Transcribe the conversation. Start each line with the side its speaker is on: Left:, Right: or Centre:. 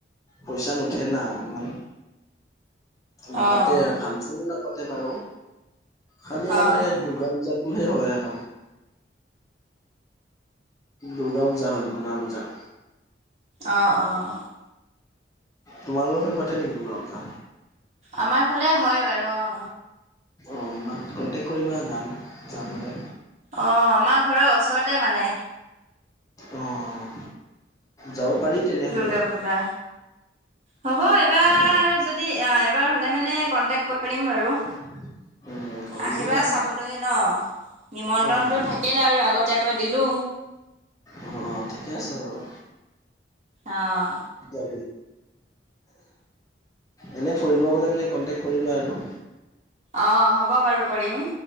Left: পইচা নুঠে না ইমান নাপাতে
Right: অ'।
Left: আৰ ফাংচনবিলাক পাতে বাৰু খালি
Right: অ',
Left: আমাৰ ইয়াত দুৰ্গা পূজাত কিহে হয় আক দুৰ্গা পূজা হয় দুৰ্গা পূজা
Right: অঁহ অঁহ
Left: তোমালোক ফালে পাতে নিকি দুৰ্গা পূজা
Right: আমাৰ ফালে হয় বাৰু অহ
Left: অ আমাক কণ্টেক্ট কৰিবা যাম যাবলে
Right: অহ আমাৰ ঘৰৰ ওচৰতে মানে
Left: অ'। যাব পাৰি তেনেহ'লে
Right: দুৰ্গা পূজা। হব এবাৰ
Left: অ'।
Right: যদি এ এবাৰ হলে মানে কন্টেক্ট কৰিম বাৰু
Left: <unintelligible> কৰিব
Right: আহিবা
Left: আৰু
Right: চাবলৈ ন নিমন্ত্ৰণটো
Left: অ',
Right: থাকিলে আৰু আগতীয়াকৈ দিলো
Left: অহ ঠিকে আছে বাৰু
Right: অহ
Left: <unintelligible> এনে ফুৰিব গলে মানে কন্টেক্ট কৰিবা আৰু
Right: অহ হ'ব বাৰু কৰিম